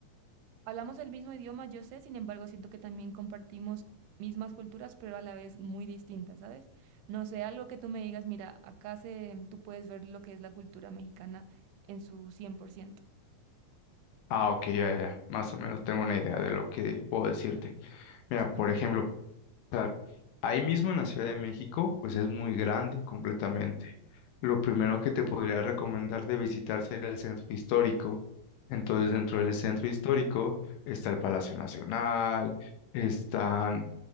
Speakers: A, on the right; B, on the left.
A: hablamos el mismo idioma, yo sé, sin embargo, siento que también compartimos mismas culturas, pero a la vez muy distintas, ¿sabes? No sé, algo que tú me digas, mira, acá se, tú puedes ver lo que es la cultura mexicana en su cien por ciento
B: Ah, ok, ya, ya, más o menos tengo una idea de lo que puedo decirte. Mira, por
A: Ajá.
B: ejemplo, Claro. Ahí mismo en la Ciudad de México, pues es muy grande completamente. Lo primero que te podría recomendar de visitar sería el centro histórico. Entonces, dentro del centro histórico está el Palacio Nacional, están